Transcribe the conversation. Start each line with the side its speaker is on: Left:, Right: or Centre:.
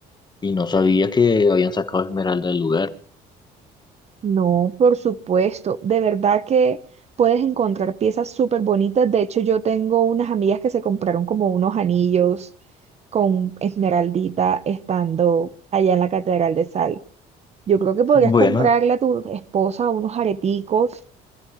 Left: Y no sabía que habían sacado Esmeralda del lugar.
Right: No, por supuesto, de verdad que puedes encontrar piezas súper bonitas. De hecho, yo tengo unas amigas que se compraron como unos anillos con esmeraldita estando allá en la Catedral de Sal. Yo creo que podrías
Left: Bueno,
Right: comprarle a tu esposa unos areticos